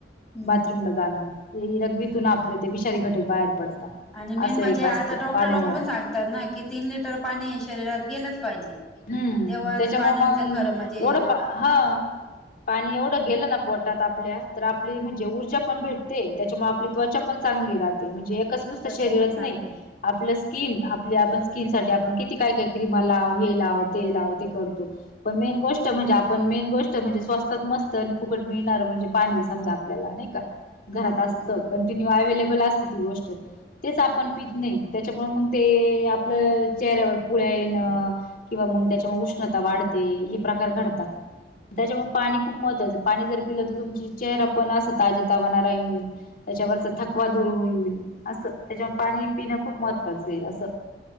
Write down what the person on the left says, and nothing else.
बाथरूमला जाणं. लगवीतून आपलं ते विषारी घटक बाहेर पडता.
असं
एक
असतं
पाण्यामुळं
हम्म
त्याच्यामुळ
मग
एवढं हा पाणी एवढं गेलं ना पोटात आपल्या तर आपली म्हणजे ऊर्जा पण भेटते त्याच्यामुळे आपली त्वचा पन चांगली राहते म्हणजे एकच नुसत
शरीरच
नाही. आपलं स्किन आपल्या आपण स्किन साठी आपण किती काय काय क्रीमा लाव ह ते लावते लावते करतो पण मेन गोष्ट म्हणजे आपण मेन गोष्ट म्हणजे स्वस्तात मस्त आणि फुकट मिळणारं म्हणजे पाणी समजा आपल्याला नाही का घरात
असत कंटिन्यू अवेलेबल असते ती गोष्ट तेच आपण पित नाही त्याच्यामुळ मग ते आपलं चेहऱ्यावर पुळ्या येणं किंवा मग त्याच्यामुळे उष्णता वाढते हे प्रकार घडतात त्याच्यामुळ पाणी खूप महत्त्वाचं पाणी जर पिलं तर तुमची चेहर आपण अस ताजे तावाना राहील त्याच्यावरच थकवा दूर होईल असं त्याच्यावर पाणी पिणं खूप महत्त्वाचं आहे असं